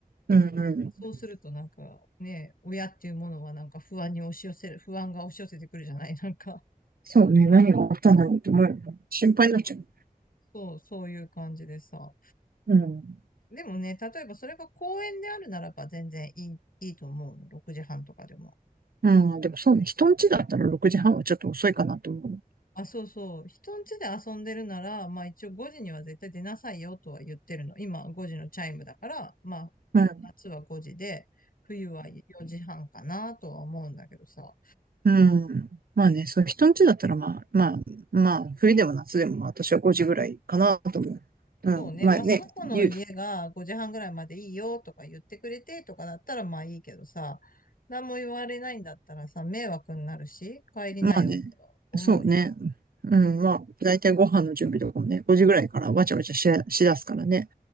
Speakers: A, on the right; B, on the left.
A: うん、うん。
B: そうするとなんかね、親っていうものはなんか不安に押し寄せる、不安が押し寄せてくるじゃない、<laughs> なんか、
A: そうね、何があったんだろうと思うよね。心配になっちゃう。
B: そう、そういう感じでさ。
A: うん。
B: でもね、例えばそれが公園であるならば全然いい、いいと思うの。6時半とかでも。
A: うん、でもそうね、人ん家だったら6時半はんはちょっと遅いかなと思う。
B: あ、そうそう。人ん家で遊んでるなら、まあ一応5時には絶対出なさいよとは言ってるの。今5時のチャイムだから、まあ
A: うん、
B: 夏は5時で、冬は4時半かなとは思うんだけどさ。
A: うん。まあね、
B: うん
A: そう、人ん家だったらまあ、まあ、まあ、冬でも夏でもまあ私は5時ぐらいかなと思う。うん、
B: そうね。
A: まあね、
B: まあその子の家が5時半ぐらいまでいいよとか言ってくれてとかだったらまあいいけどさ、
A: ゆ、
B: 何も言われないんだったらさ、迷惑になるし、帰りなよとは思うよね。
A: まあね。そうね。うん、まあ、だいたいご飯の準備とかもね、5時ぐらいからわちゃわちゃしだ、しだすからね。